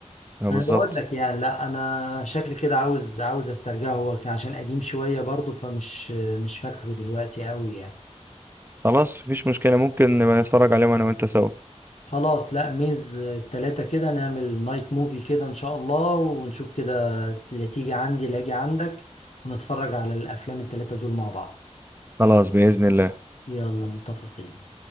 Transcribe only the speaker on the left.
انا
بقول لك يعني لا انا شكلي كده عاوز عاوز استرجعه هو كان عشان قديم شويه برضه فمش مش فاكره دلوقتي قوي يعني
خلاص لا ميز التلاتة كده نعمل نايت موفي كده ان شاء الله ونشوف كده اللي تيجي عندي اللي اجي عندك ونتفرج على الافلام التلاتة دول مع بعض
يلا متفقين